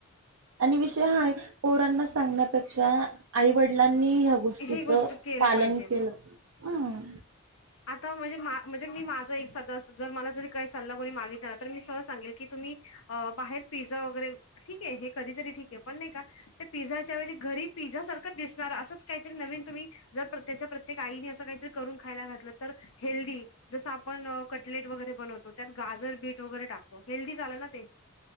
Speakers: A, on the right; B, on the left.
A: आणि विषय हा पोरांना सांगण्यापेक्षा आई वडलां ह गोष्टीच
B: हे गोष्ट केल्या
A: पालन
B: पाहिजेत
A: केलं हम्म.
B: आता म्हणजे मा म्हणजे मी माझं एक सदस जर मला जरी काही चालला कोणी मागित ना तर मी सहज सांगेल की तुम्ही बाहेर पिझ्झा वगैरे ठीके हे कधीतरी ठीक आहे पण नाही का ते पिझ्झाच्या वेजी घरी पिझ्झा सारखं दिसणार असंच काहीतरी नवीन तुम्ही जर प्रत्येकच्या प्रत्येक आईने असं काहीतरी करून खायला घातलं तर हेल्दी जस आपण कटलेट वगैरे बनवतो त्यात गाजर, बीट वगैरे टाकतो हेल्दी झालं ना ते